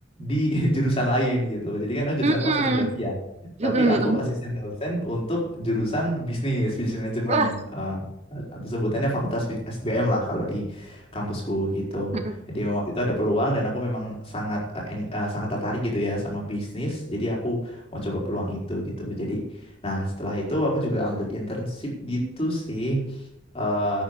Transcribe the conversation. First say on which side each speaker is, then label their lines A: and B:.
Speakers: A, on the left; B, on the right.
A: di <laughs> jurusan lain gitu. Jadi kan aku jurusannya
B: Hmm.
A: oceanografi ya.
B: Hmm.
A: Tapi aku
B: hmm.
A: asisten dosen untuk jurusan bisnis, bisnis manajemen.
B: Wah.
A: eh, atau sebutannya fakultas bis- SBM lah kalau di kampusku gitu.
B: Hmm.
A: Jadi memang waktu itu ada peluang dan aku memang sangat eh, en- eh, sangat tertarik gitu ya sama bisnis. Jadi aku mau coba peluang itu gitu. Jadi nah setelah itu aku juga ambil internship gitu sih eh,